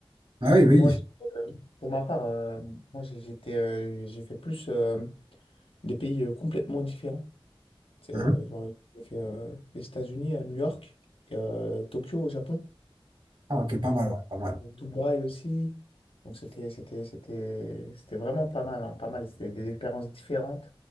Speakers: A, on the right; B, on the left.
A: Ah oui, oui.
B: Moi, j'- euh, pour ma part, euh, moi j'ai- j'étais, euh, j'ai fait plus euh, des pays euh, complètement différents. C'est,
A: Mhm.
B: euh, genre, j'ai fait euh, les États-Unis à New York, et, euh, Tokyo au Japon,
A: Ah, ok, pas mal, ouais, pas mal.
B: Dubaï aussi. Donc c'était, c'était, c'était, c'était vraiment pas mal, hein, pas mal. C'était des expériences différentes